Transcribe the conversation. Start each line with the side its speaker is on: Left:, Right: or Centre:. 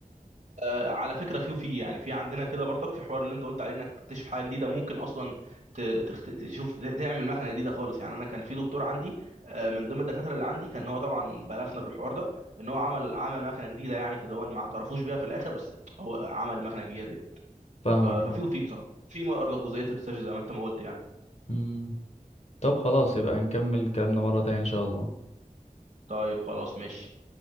Right: آه، على فكره في وفي يعني في عندنا كده برضك في حوار اللي انت قلت عليه انك تكتشف حاجه جديده ممكن اصلا ت- تخت... تشوف تعمل مكنه جديده خالص يعني انا كان في دكتور عندي آه، من ضمن الدكاتره اللي عندي كان هو طبعا بلفنا بالحوار ده ان هو عمل عمل مكنه جديده يعني كده هو ما اعترفوش بيها في الاخر بس هو عمل المكنه الجديده دي
Left: فاهمك
Right: ف- ففي
Left: اه
Right: وفي بصراحه في برضك جزئيه الريسيرش زي ما انت ما قلت يعني
Left: أمم. طب خلاص يبقى نكمل كلامنا مره تانية ان شاء الله
Right: طيب خلاص ماشي